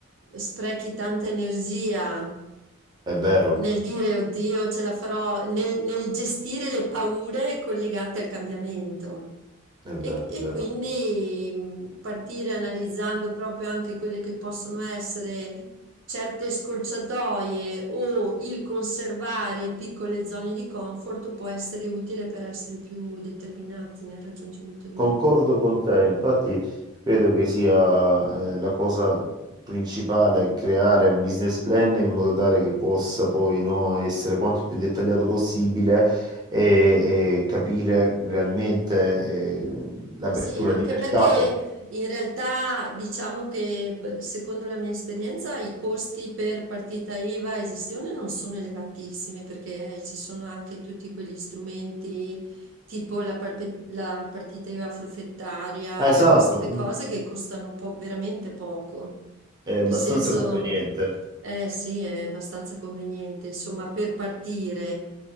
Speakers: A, on the right; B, on the right.
A: sprechi tanta energia
B: È vero,
A: nel dire, oddio, ce la farò, nel nel gestire le paure collegate al cambiamento.
B: è
A: E,
B: vero, è
A: e
B: vero.
A: quindi mh, partire analizzando proprio anche quelle che possono essere certe scorciatoie o il conservare piccole zone di comfort può essere utile per essere più determinati nel raggiungimento degli
B: Concordo
A: obiettivi.
B: con te, infatti credo che sia eh, la cosa principale creare un business plan in modo tale che possa poi no, essere quanto più dettagliato possibile e, e capire realmente eh, l'apertura
A: Ma sì, anche
B: di mercato.
A: perché in realtà diciamo che beh, secondo la mia esperienza i costi per partita IVA e gestione non sono elevatissimi perché eh, ci sono anche tutti quegli strumenti tipo la, parpe- la partita IVA forfettaria
B: Ah, Esatto.
A: e queste
B: mm.
A: cose che costano po- veramente poco.
B: È abbastanza
A: Nel senso,
B: conveniente
A: eh sì, è abbastanza conveniente, insomma, per partire.